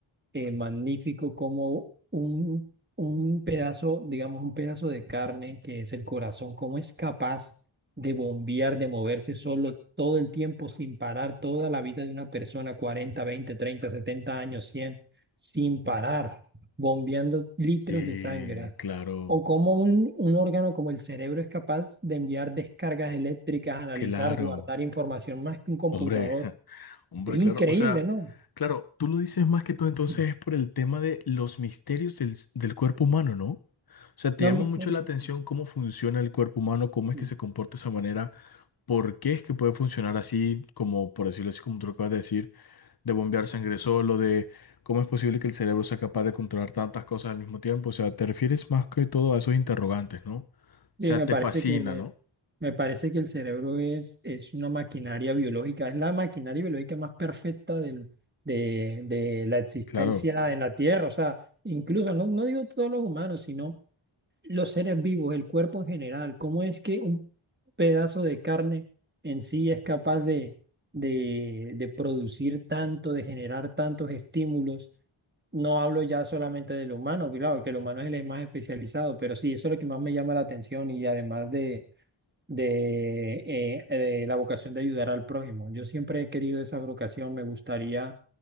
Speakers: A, on the right (about 20°); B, on the left (about 45°).
A: eh, magnífico como un, un pedazo, digamos, un pedazo de carne que es el corazón, cómo es capaz de bombear, de moverse solo todo el tiempo sin parar, toda la vida de una persona, 40 20 30 70 años, 100 sin parar, bombeando litros
B: Sí,
A: de sangre.
B: claro,
A: O cómo un, un órgano como el cerebro es capaz de enviar descargas eléctricas, analizar,
B: claro.
A: guardar información más que un computador.
B: Hombre, ja, hombre,
A: Es increíble,
B: claro. O sea,
A: ¿no?
B: claro, tú lo dices más que todo entonces
A: Sí.
B: es por el tema de los misterios del, del cuerpo humano, ¿no? O sea, te
A: Los
B: llama
A: misterios.
B: mucho la atención cómo funciona el cuerpo humano, cómo es
A: sí.
B: que se comporta de esa manera. ¿Por qué es que puede funcionar así, como por decirlo así, como tú lo acabas de decir, de bombear sangre solo, de cómo es posible que el cerebro sea capaz de controlar tantas cosas al mismo tiempo? O sea, te refieres más que todo a esos interrogantes, ¿no? O
A: Sí,
B: sea,
A: me
B: te
A: parece
B: fascina,
A: que,
B: ¿no?
A: me parece que el cerebro es, es una maquinaria biológica, es la maquinaria biológica más perfecta del, de, de la existencia
B: Claro,
A: en la Tierra. O sea, incluso, no, no digo todos los humanos, sino los seres vivos, el cuerpo en general. ¿Cómo es que un pedazo de carne en sí es capaz de, de, de producir tanto, de generar tantos estímulos? No hablo ya solamente del humano, claro, que el humano es el más especializado, pero sí, eso es lo que más me llama la atención y además de de, eh, de la vocación de ayudar al prójimo. Yo siempre he querido esa vocación, me gustaría